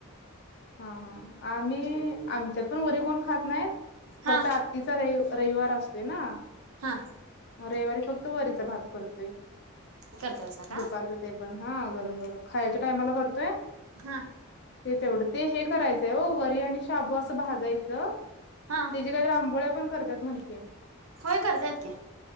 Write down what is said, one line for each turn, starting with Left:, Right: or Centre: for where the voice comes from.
Left: हा हा आम्ही आमच्यात पण वरी कोण खात नाहीत
Right: हा
Left: फक्त आत्तीचा रवी रविवार असतोय ना
Right: हा
Left: मग रविवारी फक्त वरीचा भात करते.
Right: करतायसा का
Left: दुपारचं ते पण हा गरम गरम खायच्या टायमाला करतोय.
Right: हा
Left: ते तेवढं ते हे करायचंय हो वरी आणि शाबू अस भाजायचं
Right: हा
Left: त्याज्या काय तर आंबोळ्या पण करतात म्हन की
Right: होय करत्यात की